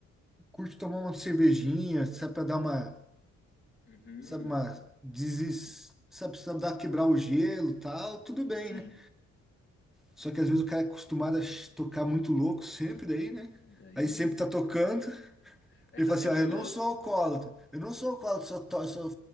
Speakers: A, in the centre; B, on the left.
A: curte tomar uma cervejinha, sabe, pra dar uma,
B: Uhum,
A: sabe, uma, desis, sabe, sabe, dar quebrar o gelo, e tal, tudo bem,
B: sim.
A: né? Só que às vezes o cara é acostumado a ch- tocar muito louco sempre daí, né?
B: Daí,
A: Aí sempre tá tocando,
B: aí
A: ele
B: tá
A: fala
B: sempre
A: assim, ó, eu
B: louco.
A: não sou alcoólatra, eu não sou alcoólatra, só to, eu só,